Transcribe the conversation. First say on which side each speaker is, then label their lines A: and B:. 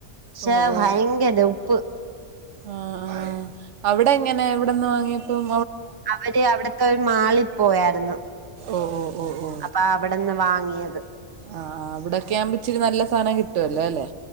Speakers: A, on the right; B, on the right.
A: പക്ഷെ
B: ഓ ഓ
A: ഭയങ്കര ഉപ്പ്
B: ആ ആ അവിടെ ഇങ്ങനെ എവിടെന്ന് വാങ്ങിയപ്പോം
A: അവര് അവിടത്തെ ഒരു മാളിൽ പോയായിരുന്നു
B: ഓ ഓ ഓ ഓ
A: അപ്പൊ അവിടെന്ന് വാങ്ങിയത്
B: ആ ആ അവിടെയൊക്കെ ആകുമ്പോൾ ഇച്ചിരി നല്ല സാധനം കിട്ടുമല്ലോ അല്ലേ